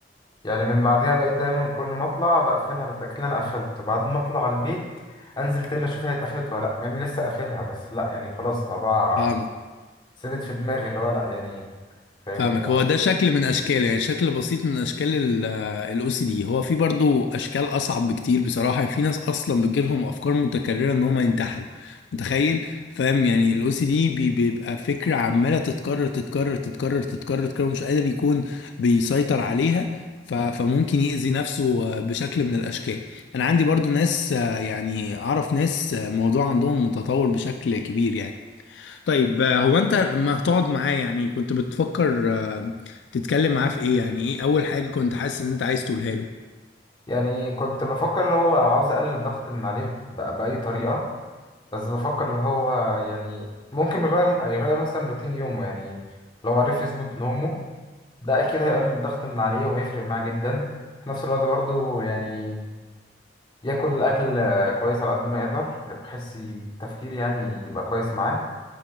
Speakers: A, on the left; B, on the left.
A: يعني من بعدها بقيت دايما كل ما اطلع بقفلها بتأكد إن انا قفلت وبعد ما اطلع البيت انزل تاني اشوف هي اتقفلت ولا لا يعني لسه قافلها بس لا يعني خلاص الموضوع
B: فاهمك
A: ثبت في دماغي اللي هو لا يعني فاهمني
B: فاهمك
A: آه.
B: هو ده شكل من اشكال يعني شكل بسيط من اشكال الاو سي دي هو في برضو اشكال اصعب بكتير بصراحه يعني في ناس اصلا بتجيلهم افكار متكرره ان هم ينتحروا متخيل فاهم يعني الاو سي دي بيبقى فكره عماله تتكرر تتكرر تتكرر تتكرر تتكرر مش قادر يكون بيسيطر عليها ف- فممكن يأذي نفسه آه، بشكل من الاشكال انا عندي برضو ناس آه، يعني اعرف ناس آه، موضوع عندهم متطور بشكل كبير يعني طيب آه، هو انت لما هتقعد معاه يعني كنت بتفكر آه، تتكلم معاه في ايه يعني ايه اول حاجة كنت حاسس ان انت عايز تقولها له
A: يعني كنت بفكر اللي هو عاوز اقلل الضغط من عليه بأ- بأي طريقة بس بفكر اللي هو يعني ممكن يغير يغير مثلا روتين يومه يعني لو عرف يظبط نومه ده اكيد هيقلل الضغط من عليه وهيفرق معاه جدا في نفس الوقت برضه يعني ياكل الاكل آه، كويس على قد ما يقدر بحيث التفكير يعني يبقى كويس معاه